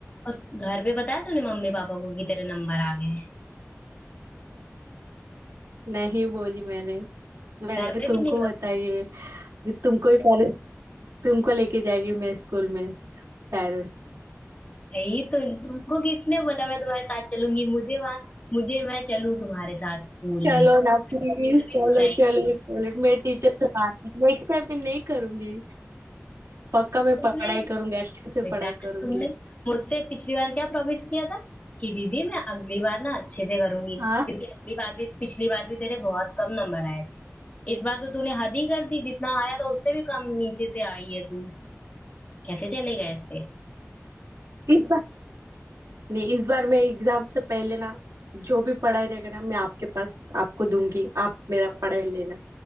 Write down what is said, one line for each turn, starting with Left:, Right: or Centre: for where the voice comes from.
Left: और घर पे बताया तूने मम्मी पापा को कि तेरे नंबर आ गए हैं
Right: नहीं बोली मैंने मैंने
Left: घर पे
Right: तुमको
Left: भी नहीं
Right: बताई है कि तुमको ही पेरेंट्स तुमको लेके जाएगी मैं स्कूल में पेरेंट्स
Left: नहीं तो तुमको किसने बोला मैं तुम्हारे साथ चलूंगी मुझे वहां मुझे मैं चलूं तुम्हारे साथ स्कूल
Right: चलो
Left: में
Right: ना प्लीज
Left: फिर भी
Right: चलो
Left: सुनाई
Right: चलो चलो मैं टीचर से बात नेक्स्ट टाइम मैं नहीं करूंगी पक्का मैं
Left: तुमने
Right: पढ़ाई करूंगी अच्छे से
Left: बेटा
Right: पढ़ाई करूंगी
Left: तुमने मुझसे पिछली बार क्या प्रॉमिस किया था कि दीदी मैं अगली बार ना अच्छे से करूंगी
Right: हाँ
Left: क्योंकि अगली बार भी पिछली बार भी तेरे बहुत कम नंबर आए थे इस बार तो तूने हद ही कर दी जितना आया था उससे भी कम नीचे से आई है तू कैसे चलेगा ऐसे
Right: इस बार नहीं इस बार मैं एग्जाम से पहले ना जो भी पढ़ाई रहेगा ना मैं आपके पास आपको दूंगी आप मेरा पढ़ाई लेना